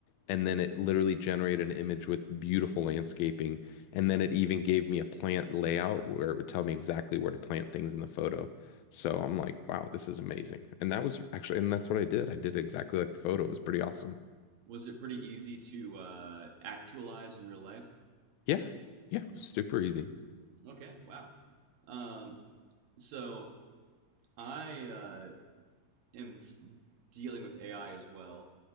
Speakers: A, on the left; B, on the right.
A: And then it literally generated an image with beautiful landscaping. And then it even gave me a plant layout where it would tell me exactly where to plant things in the photo. So I'm like, wow, this is amazing. And that was actually, and that's what I did. I did it exactly like the photo. It was pretty awesome.
B: Was it pretty easy to uh, actualize in real life?
A: Yeah. Yeah. Super easy.
B: Okay, wow. Um, so I uh, am dealing with AI as well.